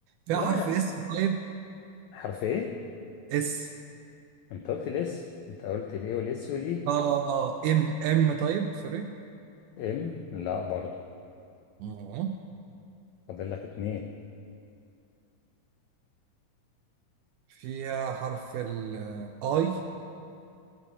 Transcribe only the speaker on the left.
لا
حرف ايه
انت قلت الاس انت قلت الايه والاس والاي
ام لا برضه
فاضل لك اتنين